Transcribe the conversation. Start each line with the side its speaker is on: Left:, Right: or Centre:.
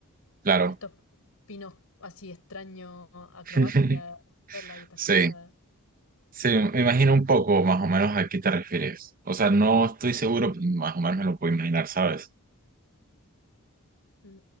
Right: Claro.
Left: Estos pinos así extraños, acrobacias,
Right: <laughs>
Left: telas y estas
Right: Sí.
Left: cosas.
Right: Sí, me imagino un poco más o menos a qué te refieres. O sea, no estoy seguro, pero más o menos me lo puedo imaginar, ¿sabes?
Left: Mm.